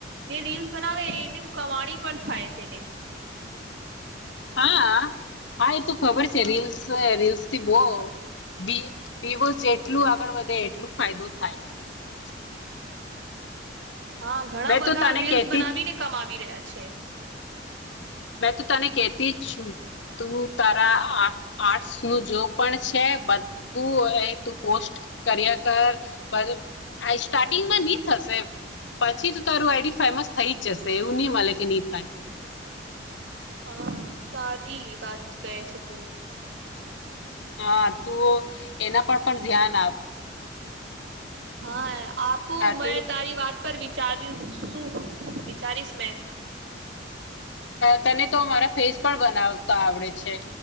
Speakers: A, on the right; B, on the left.
A: જે રીલ્સ બનાવે એની કમાણી પણ થાય તેને
B: હા હા એ તું ખબર છે
A: હા
B: રીલ્સ રીલ્સ બહસ જેટલું આગળ વધે એટલું ફાયદો થાય
A: હા ઘણા
B: મેં
A: બધા
B: તો તને
A: રીલ્સ
B: કહેતી
A: બનાવીને
B: જ
A: કમાવી રહ્યા છે
B: મેં તો તને કહેતી જ છું. તુ તા રા આ આર્ટસ નું જો પણ છે. બધું હોય તું પોસ્ટ કર્યા કર પર આ સ્ટાર્ટિંગમાં ની થશે પછી જ તારું આઈડી ફેમસ થઈ જ જશે એવું ની મલે કે ની થાય.
A: હા સારી વાત કહે છે તુ
B: હા તું એના પર પણ ધ્યાન આપ
A: હા આપું
B: આટલું
A: મેં તારી વાત પર વિચાર શું વિચારીશ મે
B: તને તો મારા ફેસ પણ બનાવતા આવડે છે.